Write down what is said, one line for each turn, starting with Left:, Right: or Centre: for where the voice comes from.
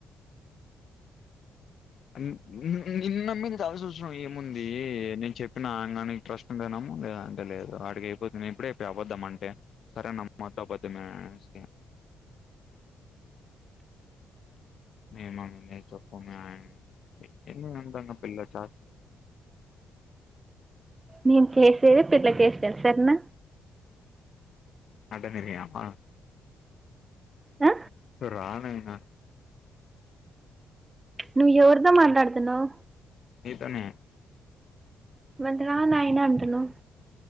Left: మ్ నిన్ని నమ్మించాల్సోస్ అహ ఏముంది నేను చెప్పినా ఇంగ నీకి ట్రస్ట్ ఉంటే నమ్ము లేదంటే లేదు. ఆడికి అయిపోద్ నేను ఇప్పుడే టె అబద్ధం అంటే, సరే నమ్మొద్దు అబద్ధమే అనేసి మీ మమ్మీ మీద చెప్పు మీ అని, ఏంది మే అంతా ఇంగ పిల్ల చాష్టలు?
Right: నేను చేసేదే పిల్ల చేష్టలు సరేనా
Left: అడ్డం తిరిగినావా
Right: ఆ
Left: సరి రా నయినా
Right: నువ్వు ఎవరితో మాట్లాడుతున్నావు
Left: నీతోనే
Right: మరి రా నాయినా అంటున్నావ్